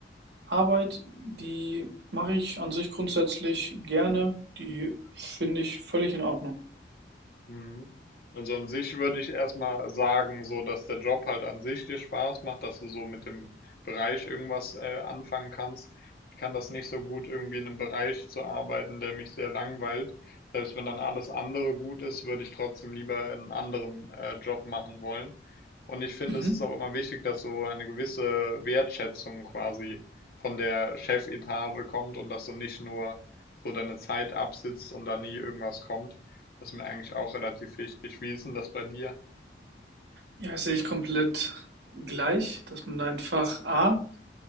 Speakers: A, on the right; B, on the left.
A: Arbeit, die mache ich an sich grundsätzlich gerne, die finde ich völlig in Ordnung.
B: Mhm. Also an sich würde ich erstmal sagen, so dass der Job halt an sich dir Spaß macht, dass du so mit dem Bereich irgendwas äh, anfangen kannst. Ich kann das nicht so gut, irgendwie in einem Bereich zu arbeiten, der mich sehr langweilt. Selbst wenn dann alles andere gut ist, würde ich trotzdem lieber einen anderen äh, Job machen wollen. Und ich finde,
A: Mhm.
B: es ist auch immer wichtig, dass so eine gewisse Wertschätzung quasi von der Chefetage kommt und dass du nicht nur so deine Zeit absitzt und da nie irgendwas kommt. Das ist mir eigentlich auch relativ wichtig. Wie ist denn das bei dir?
A: Ja, das sehe ich komplett gleich, dass man da einfach A,